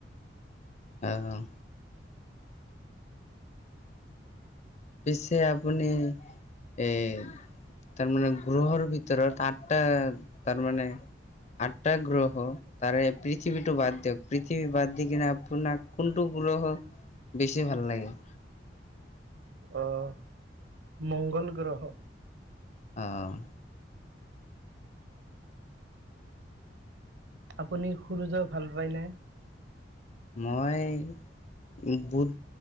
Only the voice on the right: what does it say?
অ', মংগল গ্ৰহ।
আপুনি সুৰুজৰ ভাল পাই নে?